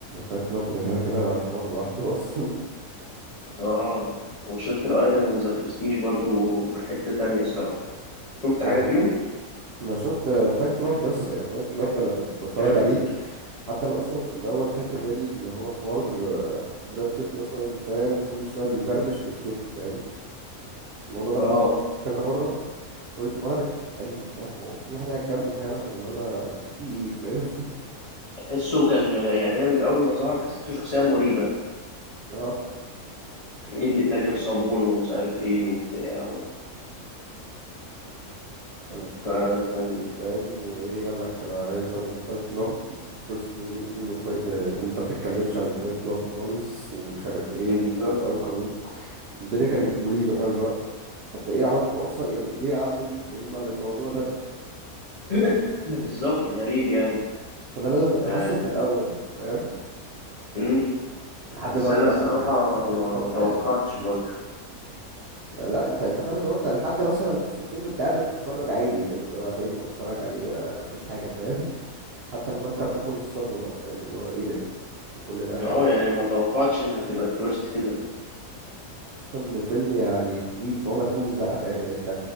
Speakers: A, on the right; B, on the left.
A: فايت كلاب ده كده كده حوار لوحده <laughs> اصلا
B: اه وشاتر ايلاند وذا برستيج برضو في حته تانية الصراحه شفت حاجه
A: انا
B: فيهم
A: انا شفت فايت كلاب بس <laughs> يا فايت كلاب انا كنت
B: <clears throat>
A: بتفرج عليه حتى انا اصلا في الاول خدت بالي ان هو حوار آه، براد بيت مثلا فاهم كل شويه بيبربش ويختفي فاهم الموضوع ده
B: اه
A: لاحظت كذا مره قلت وانا بت... قال لي فاهم هو هو في واحد قاعد جنبه فعلا ولا انا في, في ايه فاهم <laughs>
B: حسه كان يعني انا من اول ما ظهر حسيته شخصيه مريبه
A: اه
B: ايه اللي تاجر صابون ومش عارف ايه وبتاع و...
A: قال لك تاكل
B: فكان
A: صابون فاهم وايه قال لك انا عايز اعمل فايت كلاب فيرست رول اوف فايت ان انت ما تتكلمش عن الفايت كلاب خالص ومش عارف ايه
B: بالظبط
A: كك- اول قانون الدنيا كانت مريبه فاهم الوقت طب ده ايه علاقته اصلا يعني ليه اعمل فيلم عن الموضوع ده
B: <laughs> بالظبط غريب يعني
A: فده اللي انا كنت
B: آه.
A: حاسه في الاول فاهم
B: مم.
A: لحد
B: بس
A: بقى
B: انا
A: ما
B: الصراحه
A: خدت
B: ما
A: القبضه
B: ما توقعتش
A: يعني
B: برضه
A: لا انت انت فاهم اللي هو انت لحد مثلا نص الفيلم انت قاعد بتتفرج عادي فاهم اللي هو فيلم بتفرج عليه ما ما فيش حاجه فاهم <laughs> لحد ما انت بتاخد الصدمه بقى فاهم اللي هو ايه ده كل ده طلع
B: اه يعني ما توقعتش انها هتبقى التويست كده
A: خصوصا ان الفيلم يعني طويل فهو متروس بقى فاهم يعني انت